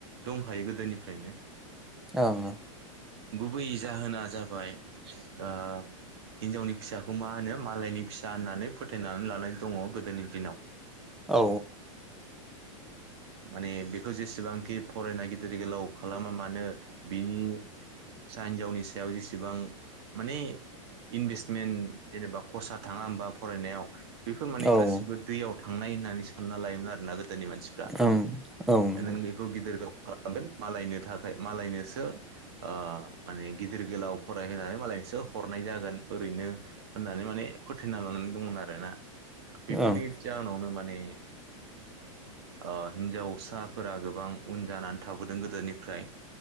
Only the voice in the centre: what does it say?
ओं।
औ।
औ
ओं औ नंगौ
ओं